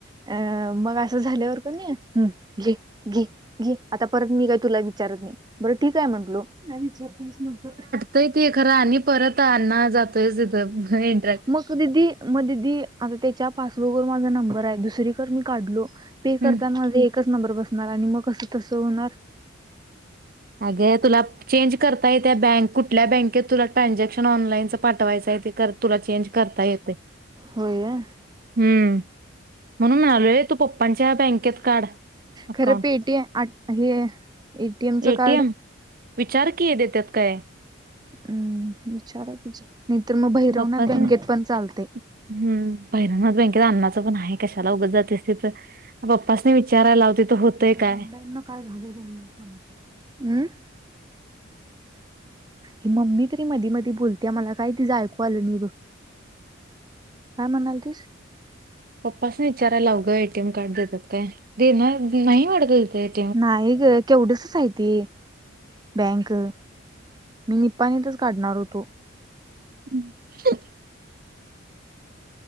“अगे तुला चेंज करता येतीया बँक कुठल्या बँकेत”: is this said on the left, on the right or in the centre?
Right